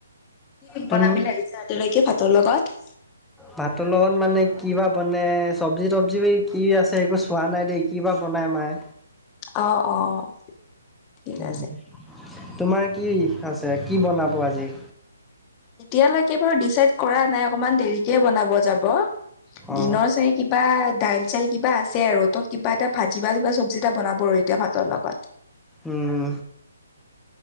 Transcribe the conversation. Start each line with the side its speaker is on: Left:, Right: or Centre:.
Left: কি
Centre: তুমি
Left: বনাবি বুলি ভাগিছে ৰাতিলৈকে ভাতৰ লগত?
Centre: ভাতৰ লগত মানে কিবা বনে, চব্জি তবজি কি আছে একো চোৱা নাই দেই, কি বা বনাই মায়ে।
Left: অ', অ'। ঠিক আছে।
Centre: উ, তোমাৰ কি আছে, কি বনাব আজি?
Left: এতিয়ালৈকে বাৰু ডিচাইড কৰা নাই অকমান দেৰিকে বনাব যাব,
Centre: অ
Left: দিনৰ চাগে কিবা ডাইল চাইল কিবা আছে আৰু ত' কিবা এটা ভাজি বা কিবা চব্জি এটা বনাব আৰু এতিয়া ভাতৰ লগত।
Centre: হুম।